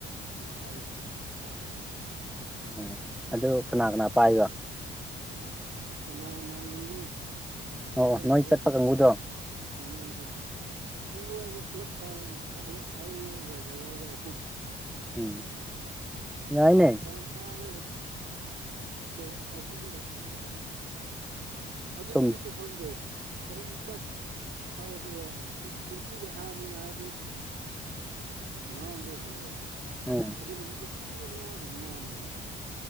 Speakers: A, on the right; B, in the centre.
A: ꯃꯈꯥꯏ ꯍ ꯆꯥꯡ ꯑꯣꯏꯝꯅꯤ
B: ꯎꯝ ꯑꯗꯨ ꯀꯅꯥ ꯀꯅꯥ ꯄꯥꯏꯕ
A: ꯀꯅꯥ ꯀꯅꯥ ꯑꯣꯏꯅꯤ
B: ꯑꯣ
A: ꯆꯠꯂꯤꯕ
B: ꯅꯣꯏ ꯆꯠꯄ ꯀꯥꯡꯕꯨꯗꯣ
A: ꯀꯥꯡꯗ ꯀꯥꯡ ꯍꯥꯏꯕ ꯄꯨꯞꯂꯞꯇ ꯑꯩꯒ ꯌꯥꯒ ꯑꯍꯨꯝ
B: ꯎꯝ ꯌꯥꯏꯅꯦ
A: ꯆꯝꯄꯥꯏꯔꯒ ꯄꯦ ꯑꯍꯨꯝꯛꯇꯗ ꯑꯗꯨꯗꯅꯤꯃꯤꯇ
B: ꯁꯨꯝ
A: ꯈꯪꯗꯦ ꯑꯍꯨꯝ ꯄ꯭ꯔ ꯊꯥꯎꯁꯨ ꯀꯨꯝꯁꯤꯒꯤ ꯑꯍꯥꯟꯕꯅꯤꯅ ꯍꯥꯏꯗꯤ ꯉꯥꯡꯒꯗꯧꯕꯅꯦꯕ
B: ꯎꯝ
A: ꯑꯗꯨ ꯅꯨꯃꯤꯠꯇ ꯆꯨꯅ ꯉꯥꯡꯗꯕ ꯃꯥꯅꯤꯗ